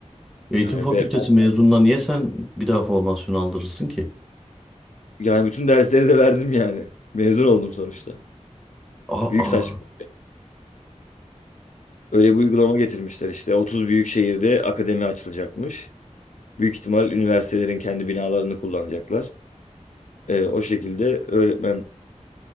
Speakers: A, in the centre; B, on the left (about 75°).
A: Eğitim
B: Yani
A: fakültesi
B: be,
A: mezununa niye sen bir daha formasyon aldırırsın ki?
B: yani bütün dersleri de verdim yani. Mezun oldum sonuçta.
A: Aa.
B: Büyük saçma. Öyle bir uygulama getirmişler işte. 30 büyük şehirde akademi açılacakmış. Büyük ihtimal üniversitelerin kendi binalarını kullanacaklar. E, o şekilde öğretmen